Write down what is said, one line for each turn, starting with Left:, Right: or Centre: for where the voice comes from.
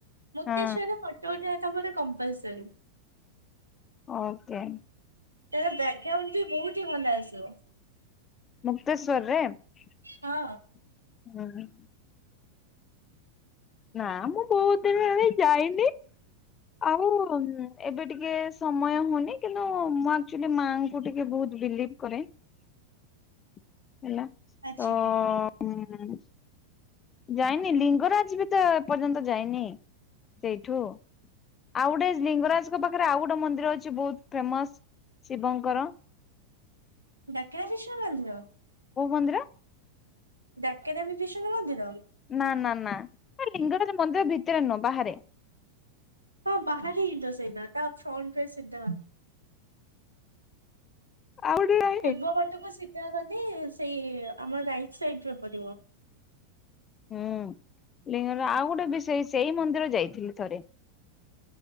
Right: ମୂକ୍ତଶ୍ୱରରେ
Left: ହଁ
Right: ଫଟୋ ଉଠେଇବାଟା ମୋର କମ୍ପଲସରୀ।
Left: ଓକେ।
Right: ତାର ବ୍ୟାକଗ୍ରାଉଣ୍ଡ ବି ବହୁତ ହି ଭଲ ଆସିବ।
Left: ମୁକ୍ତେଶ୍ଵରରେ ଉଁ
Right: ହଁ
Left: ହୁଁ। ନା ମୁଁ ବହୁତ ଦିନ ହେଲାଣି ଯାଇନି। ଆଉ ଏବେ ଟିକେ ସମୟ ହଉନି କିନ୍ତୁ ମୁଁ ଆକ୍ଚୁଲି ମାଙ୍କୁ। ମୁଁ ଟିକେ ବହୁତ ବିଲିଭ୍ କରେ ହେଲା
Right: ଆଚ୍ଛା।
Left: ତ। ଉଁ। ଯାଇନି ଲିଙ୍ଗରାଜ ବି ତ ଏ ପର୍ଯ୍ୟନ୍ତ ଯାଇନି ସେଇଠୁ। ଆଉ ଗୋଟେ ଲିଙ୍ଗରାଜଙ୍କ ପାଖରେ ଆଉ ଗୋଟେ ମନ୍ଦିର ଅଛି ବହୁତ ଫେମସ୍ ଶିବଙ୍କର।
Right: ଡାକେରା ଶିଶୁ ମନ୍ଦିର।
Left: କୋଉ ମନ୍ଦିର।
Right: ଡାକେରାମି ବିଶ୍ବ ମନ୍ଦିର।
Left: ନା ନା ନା ଏ ଲିଙ୍ଗରାଜ ମନ୍ଦିର ଭିତରେ ନୁହଁ ବାହାରେ।
Right: ହଁ ବାହାରେ ହିଁ ତ ସେଇଟା ତା ଫ୍ରନ୍ଟରେ ସେଟା।
Left: ଆଉ ଗୋଟିଏ।
Right: ପୂର୍ବପଟକୁ ସିଧା ଗଲେ ସେଇ ଆମର ରାଇଟ୍ ସାଇଡ୍ ରେ ପଡି଼ବ।
Left: ହୁଁ ଲିଙ୍ଗର ଆଉ ଗୋଟେ ବିଷୟ ସେଇ ମନ୍ଦିର ଯାଇଥିଲୁ ଥରେ।